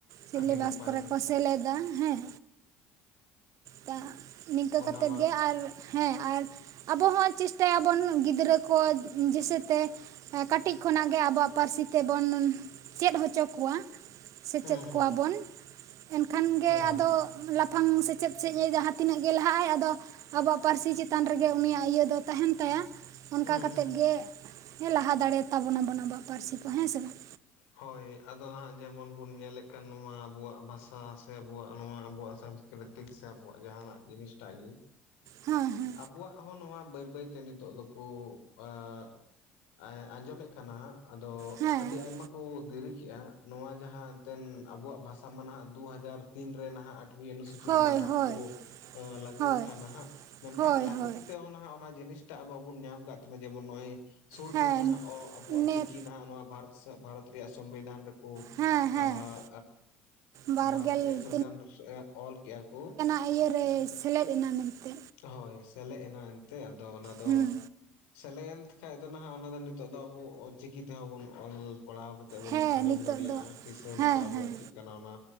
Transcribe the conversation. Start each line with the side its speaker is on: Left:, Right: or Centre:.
Right: ᱥᱤᱞᱮᱵᱟᱥ
Left: ᱟᱹᱰᱤ ᱱᱟᱯᱟᱭ
Right: ᱠᱚᱨᱮ
Left: ᱦᱩᱸ
Right: ᱠᱚ ᱥᱮᱞᱮᱫᱟ ᱦᱮᱸ᱾ ᱠᱟ ᱱᱤᱝᱠᱟᱹ
Left: ᱚᱱᱟ
Right: ᱠᱟᱛᱮᱫ
Left: ᱢᱟ
Right: ᱜᱮ ᱟᱨ ᱦᱮᱸ ᱟᱨ ᱟᱵᱚ ᱦᱚᱸ ᱪᱮᱥᱴᱟᱭᱟᱵᱚᱱ ᱜᱤᱫᱽᱨᱟᱹ ᱠᱚ ᱡᱮᱥᱮᱛᱮ ᱦᱮᱸ ᱠᱟᱹᱴᱤᱡ ᱠᱷᱚᱱᱟᱜ ᱜᱮ ᱟᱵᱚᱣᱟᱜ ᱯᱟᱹᱨᱥᱤ ᱛᱮᱵᱚᱱ ᱪᱮᱫ ᱦᱚᱪᱚ ᱠᱚᱣᱟ᱾ ᱥᱮᱪᱮᱫ
Left: ᱦᱩᱸ ᱦᱩᱸ
Right: ᱠᱚᱣᱟ ᱵᱚᱱ ᱮᱱᱠᱷᱟᱱ
Left: ᱦᱳᱭ
Right: ᱜᱮ
Left: ᱦᱳᱭ
Right: ᱟᱫᱚ
Left: ᱦᱩᱸ
Right: ᱞᱟᱯᱷᱟᱝ ᱥᱮᱪᱮᱫ ᱥᱮᱫ ᱮ ᱡᱟᱦᱟᱸ ᱛᱤᱱᱟᱹᱜ ᱜᱮ ᱞᱟᱦᱟᱜᱼ ᱟᱭ ᱟᱫᱚ ᱟᱵᱚᱣᱟᱜ ᱯᱟᱹᱨᱥᱤ ᱪᱮᱛᱟᱱ ᱨᱮᱜᱮ ᱩᱱᱤᱭᱟᱜ ᱤᱭᱟᱹ ᱫᱚ ᱛᱟᱦᱮᱱ ᱛᱟᱭᱟ ᱚᱝᱠᱟ
Left: ᱦᱩᱸ
Right: ᱠᱟᱛᱮᱜ ᱜᱮ ᱦᱮᱸ ᱞᱟᱦᱟ ᱫᱟᱲᱮᱭ ᱛᱟᱵᱚᱱᱟ ᱱᱟᱵᱚᱱ ᱟᱵᱚᱣᱟᱜ ᱯᱟᱹᱨᱥᱤ ᱠᱚ ᱦᱮᱸ ᱥᱮ ᱵᱟᱝ?
Left: ᱦᱳᱭ ᱟᱫᱚ ᱱᱟᱦᱟᱜ ᱡᱮᱢᱚᱱ ᱵᱚᱱ ᱧᱮᱞᱮᱜ ᱠᱟᱱ ᱱᱚᱣᱟ ᱟᱵᱚᱣᱟᱜ ᱵᱷᱟᱥᱟ ᱥᱮ ᱟᱵᱚᱣᱟᱜ ᱱᱚᱣᱟ ᱟᱵᱚᱣᱟᱜ ᱥᱟᱝ ᱨᱤᱛᱤᱠ ᱥᱮ ᱟᱵᱚᱣᱟᱜ ᱡᱟᱦᱱᱟᱜ ᱡᱤᱱᱤᱥ ᱴᱟᱜ ᱜᱮ
Right: ᱦᱮᱸ ᱦᱮᱸ
Left: ᱟᱵᱩᱣᱟᱜ ᱦᱚᱸ ᱱᱚᱣᱟ ᱵᱟᱹᱭ ᱵᱟᱹᱭᱛᱮ ᱱᱤᱛᱚᱜ ᱫᱚᱠᱩ ᱟᱸ ᱮᱸ ᱟᱸᱡᱚᱢᱮᱜ ᱠᱟᱱᱟ ᱦᱟᱸᱜ ᱟᱫᱚ
Right: ᱦᱮᱸ
Left: ᱟᱹᱰᱤ ᱟᱭᱢᱟ ᱠᱚ ᱫᱮᱨᱤ ᱠᱮᱜᱼᱟ᱾ ᱱᱚᱣᱟ ᱡᱟᱦᱟᱸ ᱮᱱᱛᱮᱱ ᱟᱵᱚᱣᱟᱜ ᱵᱷᱟᱥᱟ ᱢᱟ ᱱᱟᱦᱟᱜ ᱫᱩ ᱦᱟᱡᱟᱨ ᱛᱤᱱ ᱨᱮ ᱱᱟᱦᱟᱜ ᱱᱤᱭᱟᱹ ᱟᱹᱱᱩᱥᱩᱪᱤ
Right: ᱦᱳᱭ
Left: ᱨᱮᱢᱟ ᱱᱟᱦᱟᱜ
Right: ᱦᱳᱭ
Left: ᱠᱚ ᱞᱟᱹᱜᱩᱣ
Right: ᱦᱳᱭ
Left: ᱠᱟᱜ ᱱᱟᱦᱟᱜ ᱢᱮᱱᱠᱷᱟᱱ
Right: ᱦᱳᱭ
Left: ᱞᱟᱹᱜᱩ
Right: ᱦᱳᱭ
Left: ᱠᱟᱛᱮᱜ ᱚᱱᱟ ᱦᱟᱸᱜ ᱚᱱᱟ ᱡᱤᱱᱤᱥ ᱴᱟᱜ ᱵᱟᱵᱚᱱ ᱧᱟᱢ ᱠᱟᱜ ᱛᱟᱦᱮᱱᱟ ᱡᱮᱢᱚᱱ ᱱᱚᱜᱼᱚᱭ ᱥᱩᱨ
Right: ᱦᱮᱸ
Left: ᱫᱤᱱ ᱱᱟᱦᱟᱜ ᱚ ᱟᱵᱚᱣᱟᱜ
Right: ᱱᱮᱴ
Left: ᱪᱤᱠᱤ ᱱᱟᱦᱟᱜ ᱱᱚᱣᱟ ᱵᱷᱟᱨᱚᱛ ᱥᱮ ᱵᱷᱟᱨᱚᱛ ᱨᱮᱭᱟᱜ ᱥᱚᱸᱵᱤᱫᱷᱟᱱ ᱨᱮ ᱠᱚ
Right: ᱦᱮᱸ ᱦᱮᱸ
Left: ᱮᱸ
Right: ᱵᱟᱨᱜᱮᱞ
Left: ᱮᱸ ᱵᱷᱟᱨᱚᱛ ᱨᱮᱭᱟᱜ ᱥᱚᱝᱵᱤᱫᱷᱟᱱ ᱚᱞ ᱠᱮᱜᱼᱟ ᱠᱚ᱾
Right: ᱤᱭᱟᱹ ᱨᱮ ᱥᱮᱞᱮᱫ ᱮᱱᱟ ᱢᱮᱱᱛᱮ᱾
Left: ᱦᱳᱭ ᱥᱮᱞᱮᱜ ᱮᱱᱟ ᱮᱱᱛᱮᱜ ᱟᱫᱚ ᱚᱱᱟ ᱫᱚ
Right: ᱦᱩᱸ
Left: ᱥᱮᱞᱮᱜ ᱮᱱᱛᱷ ᱠᱷᱟᱡ ᱫᱚ ᱱᱟᱦᱟᱜ ᱚᱱᱟ ᱫᱚ ᱱᱤᱛᱚᱜ ᱫᱚ ᱟᱵᱚ ᱚ ᱪᱤᱠᱤ ᱛᱮᱦᱚᱸ ᱵᱚᱱ ᱚᱞ ᱯᱟᱲᱦᱟᱣ ᱛᱮᱜ ᱵᱚᱱ
Right: ᱦᱮᱸ
Left: ᱟᱸᱡᱚᱢ
Right: ᱱᱤᱛᱚᱜ
Left: ᱫᱟᱲᱮᱭᱟᱜᱼᱟ,
Right: ᱫᱚ
Left: ᱠᱤᱥᱟᱹ
Right: ᱦᱮᱸ
Left: ᱞᱮᱠᱟ ᱟᱵᱚᱣᱟᱜ
Right: ᱦᱮᱸ
Left: ᱪᱮᱜ ᱠᱟᱱᱟ ᱚᱱᱟ